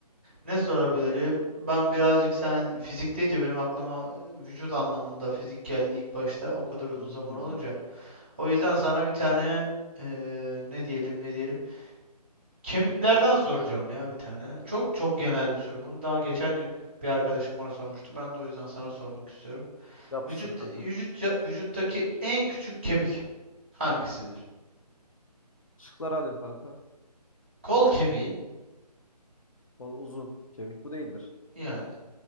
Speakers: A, on the right (about 15°); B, on the left (about 50°).
A: Ne sorabilirim? Ben birazcık sen fizik deyince benim aklıma e, vücut anlamında fizik geldi ilk başta o kadar uzun
B: Hmm.
A: zaman olunca. O yüzden sana bir tane e, ne diyelim ne diyelim kemiklerden soracağım ya bir tane. Çok çok genel bir soru. Bunu daha geçen gün bir arkadaşım bana sormuştu. Ben de o yüzden sana sormak istiyorum.
B: Yapıştır
A: Vücut
B: kanka.
A: vücut vücuttaki en küçük kemik hangisidir?
B: Şıkları alayım kanka.
A: Kol kemiği
B: Bol uzun kemik. Bu değildir.
A: yani.